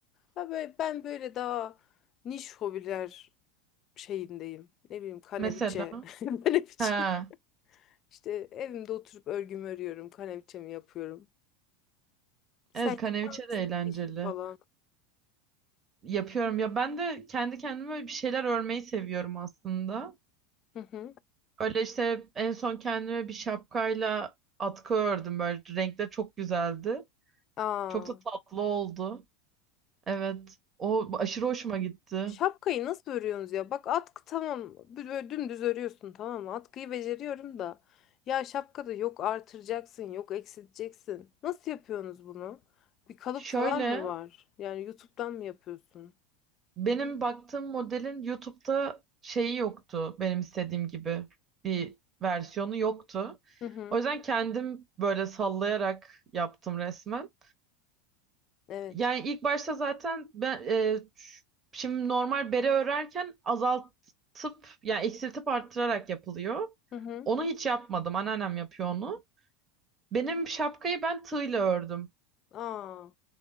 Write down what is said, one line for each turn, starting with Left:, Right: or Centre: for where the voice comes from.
Left: Ha böyle, ben böyle daha niş hobiler şeyindeyim. Ne bileyim kaneviçe.
Right: Mesela.
Left: <laughs> Kaneviçe.
Right: He.
Left: İşte evimde oturup örgümü örüyorum. Kaneviçemi yapıyorum. Sen
Right: Evet kaneviçe
Left: yap
Right: de eğlenceli.
Left: işi falan.
Right: Yapıyorum ya ben de kendi kendime bir şeyler örmeyi seviyorum aslında.
Left: Hı hı.
Right: Öyle işte en son kendime bir şapkayla atkı ördüm böyle renkler çok güzeldi.
Left: Aa.
Right: Çok da tatlı oldu. Evet o aşırı hoşuma gitti.
Left: Şapkayı nasıl örüyorsunuz ya? Bak atkı tamam. Böyle dümdüz örüyorsun tamam mı? Atkıyı beceriyorum da. Ya şapkada yok artıracaksın, yok eksilteceksin. Nasıl yapıyorsunuz bunu? Bir kalıp
Right: Şöyle
Left: falan mı var? Yani YouTube'dan mı yapıyorsun?
Right: benim baktığım modelin YouTube'da şeyi yoktu benim istediğim gibi bir versiyonu yoktu.
Left: Hı hı.
Right: O yüzden kendim böyle sallayarak yaptım resmen.
Left: Evet.
Right: Yani ilk başta zaten ben e, ş- şimdi normal bere örerken azaltıp yani eksiltip arttırarak yapılıyor.
Left: Hı hı.
Right: Onu hiç yapmadım. Anneannem yapıyor onu. Benim şapkayı ben tığla ördüm.
Left: Aa.